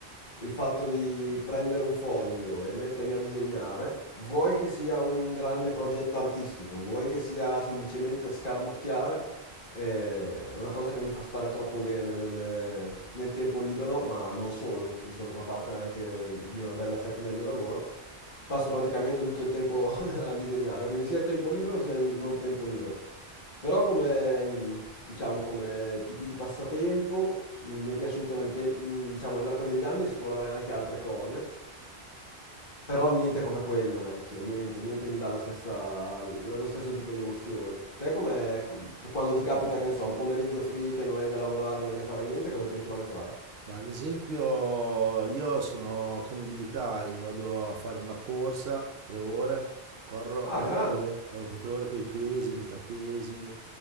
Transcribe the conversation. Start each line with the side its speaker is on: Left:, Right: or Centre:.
Left: il fatto di prendere un foglio e mettermi a disegnare, vuoi che sia un grande progetto artistico, vuoi che sia semplicemente scarabocchiare, eh, è una cosa che mi fa stare troppo bene nel, nel tempo libero, ma non solo, visto che fa parte anche di una bella fetta del mio lavoro. Passo praticamente tutto il tempo <laughs> a disegnare, quindi sia il tempo libero sia il non tempo libero. Però come, mh, diciamo, come tipi di passatempo mi mi è piaciuto nel tem- mh, diciamo, nell'arco degli anni esplorare anche altre cose, però niente come quello, vecchio, niente, niente mi dà la stessa, la- lo stesso tipo di emozione. Te come, ecco, cioè, quando ti capita, che ne so, un pomeriggio free che non hai da lavorare, non hai da fare niente, cosa ti ritrovi a fare?
Right: Ma ad esempio io sono come i militari, vado a fare una corsa, tre ore, corro,
Left: Ah, grande.
Right: corro per tre ore con i pesi, mica pesi,